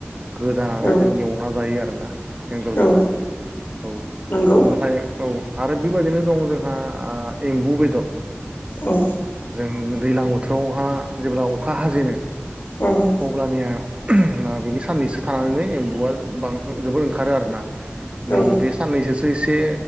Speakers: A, on the right; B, on the left.
A: गोदानानै
B: औ
A: जों एवना जायो आरोना एन्जर
B: औ
A: बेदरखौ औ
B: नंगौ
A: नाथाय औ आरो बेबायदिनो दं जोंहा ओ एम्बु बेदर
B: औ
A: जों दैज्लां बोथोरावहा जेब्ला अखा हाजेनो
B: औ
A: अब्लानिया बिनि साननैसो थानानैनो एम्बुआ जोबोद ओंखारो आरोना
B: औ
A: नै बे साननैसोसो एसे